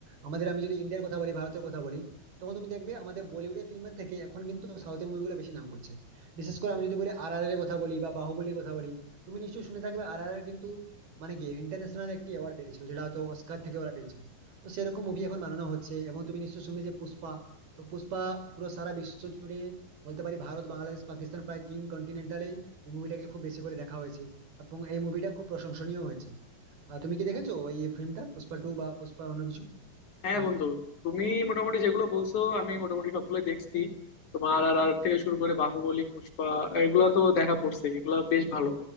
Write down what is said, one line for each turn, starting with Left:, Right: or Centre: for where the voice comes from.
Right: আমাদের আমি যদি ইন্ডিয়ার কথা বলি ভারতের কথা বলি তখন তুমি দেখবে আমাদের বলিউডের ফিল্মের থেকে এখন কিন্তু সাউথের মুভিগুলো বেশি নাম করছে বিশেষ করে আমি যদি বলি আর আর এর কথা বলি বা বাহুবলীর কথা বলি তুমি নিশ্চয়ই শুনে থাকবে আর আর আর কিন্তু মানে কি ইন্টারন্যাশনাল একটি অ্যাওয়ার্ড পেয়েছিল যেটা হয়তো অস্কার থেকে ওরা পেয়েছিল তো সেরকম মুভি এখন বানানো হচ্ছে এবং তুমি নিশ্চয়ই শুনবে যে পুষ্পা তো পুষ্পা পুরো সারা বিশ্ব জুড়ে বলতে পারি ভারত বাংলাদেশ পাকিস্তান প্রায় তিন কন্টিনেন্টালেই এই মুভিটাকে খুব বেশি করে দেখা হয়েছে এবং এই মুভিটা খুব প্রশংসনীয় হয়েছে আহ, তুমি কি দেখেছো এই ফিল্মটা পুষ্পা টু বা পুষ্পা অন্য কিছু
Left: হ্যাঁ
Right: পার্ট
Left: বন্ধু তুমি মোটামুটি যেগুলো বলছো আমি মোটামুটি সবগুলোই দেখছি তোমার আর আর থেকে শুরু করে বাহুবলী পুষ্পা এগুলা তো দেখা পড়ছে এগুলা বেশ ভালো